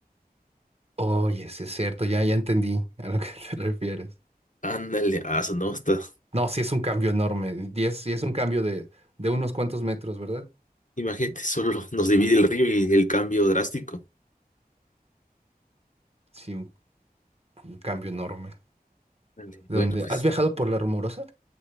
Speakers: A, on the right (about 40°); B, on the left (about 55°).
A: Oye, sí es cierto, ya, ya entendí a lo que <laughs> te refieres.
B: Ándale, ah, eso no está.
A: No, sí es un cambio enorme, y es, sí es un cambio de, de unos cuantos metros, ¿verdad?
B: Imagínate, solo nos divide el río y el cambio drástico.
A: Sí, un un cambio enorme.
B: Ándale,
A: ¿Dónde?
B: Bueno, pues,
A: ¿Has viajado por La Rumorosa?